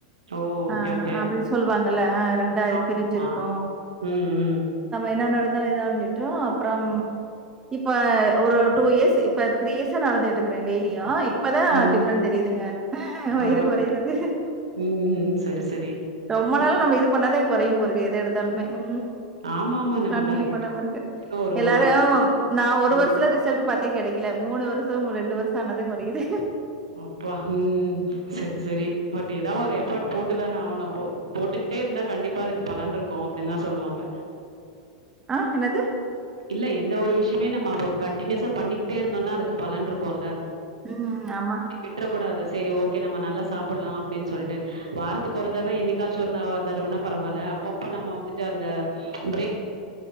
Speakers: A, on the right (about 85°); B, on the right (about 20°).
A: ஓ!
B: ஆ
A: ஓகே ஓகே.
B: அப்டின் சொல்வாங்கல்ல ரெண்டா
A: ஆமா.
B: பிரிஞ்சிருக்கு
A: ம் ம்
B: என்ன நடந்தாலு இத அவங்கிட்டு அப்றம் இப்ப ஒரு டூ இயர்ஸ் இப்ப த்ரீ இயர்ஸா நடந்துகிட்ருக்குறே டெய்லியு இப் பதா
A: ம்.
B: டிஃப்ரன்ட் தெரியுதுங்க
A: பரவால்ல.
B: வயிறு கொறயறது
A: ம் ம் ம். சரி சரி.
B: ரொம்ப
A: ந
B: நாளா நம்ம இது பண்ணாதா கொறையும் போல்ருக்கு எது எடுத்தாலுமே ம்
A: ஆமாமா நமக்கு
B: கண்டிப்பா
A: அது எஃபோர்ட்
B: நம்மருக்கு
A: ஒரு
B: எல்லாரு
A: ஒரு
B: நா ஒரு
A: ம்
B: வருஷத்துல ரிசல்ட் பாத்தே கெடைக்கல மூணு வருஷ ரெண்டு வருஷ ஆனாதா கொறயுது
A: அப்பா! ம் சரி சரி. பட் ஏதா ஒரு எஃபர்ட் போட்டுதானே ஆவணு போ போட்டுக்கிட்டே இருந்தா கண்டிப்பா அதுக்கு பலன்ருக்கு அப்டின்தா சொல்லுவாங்க
B: ஆ என்னது
A: இல்ல எந்த ஒரு விஷ யத்தைமே நம்ம வ கண்ட்டினியூஸா பண்ணிகிட்டே இருந்தோன்னா அதுக்கு பலன் இருக்குல்ல
B: ம் ஆமா
A: விட்றக்கூடாது சேரி ஓகே நம்ம நல்லா சாப்பட்லா அப்படின் சொல்ட்டு வாரத்துக்கு ஒரு தடவ என்னைக்காச்சு ஒரு நா ஒரு தடவன்னா பரவால்ல அப்பப்ப நம்ம வந்துட்டு அந்த ப்ரே